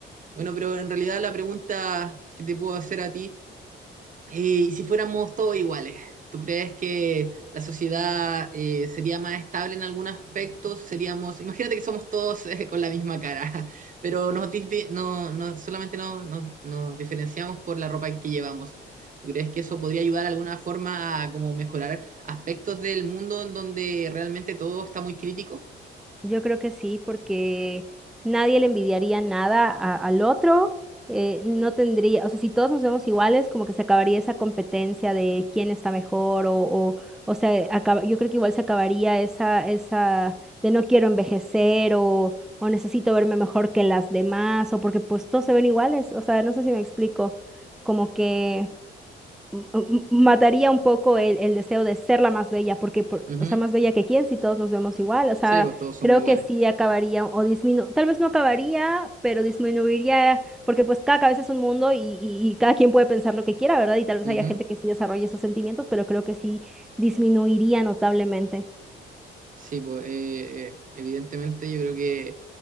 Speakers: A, on the right; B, in the centre.
A: Bueno, pero en realidad la pregunta que te puedo hacer a ti eh, Y si fuéramos todos iguales, ¿tú crees que la sociedad eh, sería más estable en algunos aspectos? Seríamos, imagínate que somos todos eh, con la misma cara, <laughs> pero nos disvi- no, no, solamente no, no- nos diferenciamos por la ropa que llevamos. ¿Tú crees que eso podría ayudar de alguna forma a como mejorar aspectos del mundo en donde realmente todo está muy crítico?
B: Yo creo que sí, porque nadie le envidiaría nada a- al otro. eh, no tendría, o sea, si todos nos vemos iguales, como que se acabaría esa competencia de quién está mejor o, o, o sea, acaba- yo creo que igual se acabaría esa, esa de no quiero envejecer o, o necesito verme mejor que las demás o porque pues todos se ven iguales. O sea, no sé si me explico, como que m- m- mataría un poco el, el deseo de ser la más bella, porque, por-
A: Ujú.
B: o sea, más bella que quién si todos nos vemos igual, o sea,
A: Sí, pues todos
B: creo
A: somos iguales.
B: que sí acabaría o disminuiría, tal vez no acabaría, pero disminuiría, porque pues cada cabeza es un mundo y, y- y cada quien puede pensar lo que quiera, ¿verdad? Y tal vez
A: Ujú.
B: haya gente que sí desarrolle esos sentimientos, pero creo que sí disminuiría notablemente.
A: Sí, pues eh, eh, evidentemente yo creo que